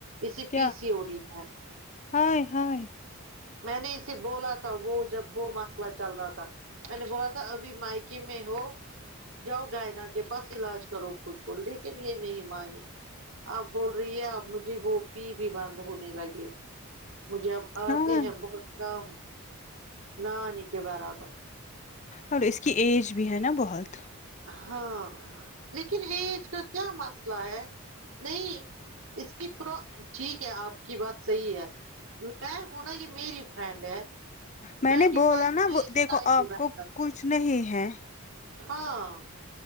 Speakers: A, on the right; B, on the left.
A: اسے
B: کیا
A: پیسی او ڈی ہے
B: ہائے ہائے
A: میں نے اسے بولا تھا وہ جب وہ مسئلہ چل رہا تھا میں نے بولا تھا ابھی میکے میں ہو جاؤ گائنا کے پاس علاج کرو خود کو لیکن یہ نہیں مانی اب بول رہی ہے اب مجھے وہ پی بھی بند ہونے لگے مجھے اب
B: ہاں
A: ہیں بہت کم نہ آنے کے برابر
B: اور اس کی ایج بھی ہے نا بہت
A: ہاں لیکن ایج کا کیا مسئلہ ہے نہیں اس کی پرو ٹھیک ہے آپ کی بات صحیح ہے میں ہوں نہ یہ میری فرینڈ ہے
B: میں
A: ٹوینٹی
B: نے بولا
A: فائیو
B: نا
A: کی
B: وہ دیکھو
A: سائیکل
B: آپ
A: رہتا
B: کو
A: ہے،
B: کچھ نہیں ہے
A: ہاں